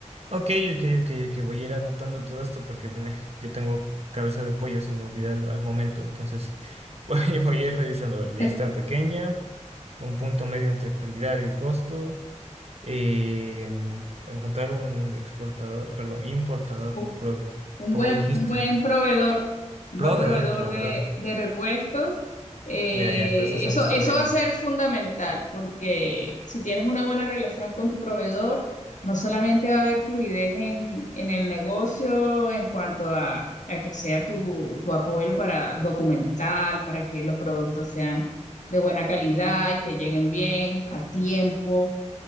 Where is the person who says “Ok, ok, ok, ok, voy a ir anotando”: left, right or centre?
Right